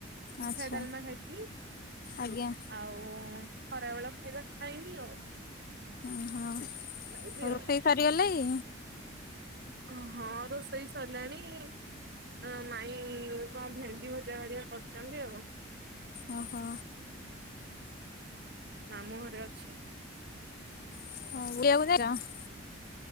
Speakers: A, on the right (about 55°); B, on the left (about 45°).
A: ପିଠା
B: ଆଚ୍ଛା
A: ଡାଲମା ଖାଇଥିଲି।
B: ଆଜ୍ଞା
A: ଆଉ ଖରାବେେଳ ଖାଇବା ଖାଇନି ଆଉ
B: ଓହୋ
A: ଖାଇବି ଆଉ।
B: ରୋଷେଇ ସରିଗଲାଣୀ।
A: ହଁ ହଁ ରୋଷେଇ ସରିଲାଣି। ହ ମାଇଁ କଣ ଭେଣ୍ଡିଭଜା ହେରୀକା କରିଛନ୍ତି। ଆଉ
B: ଓ ହୋ।
A: ମାମୁଁ ଘରେ ଅଛି।
B: <inaudible>